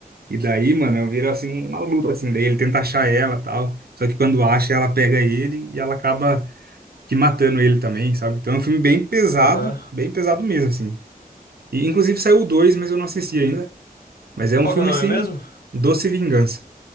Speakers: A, on the right; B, on the left.
A: E daí, mano, vira assim uma luta assim, daí ele tenta achar ela, tal. Só que quando acha, ela pega ele e ela acaba que matando ele também, sabe? Então é um filme bem pesado,
B: Aham.
A: bem pesado mesmo assim. E inclusive saiu o dois, mas eu não assisti ainda. Mas é um
B: Qual
A: filme
B: que é o nome
A: assim,
B: mesmo?
A: doce vingança.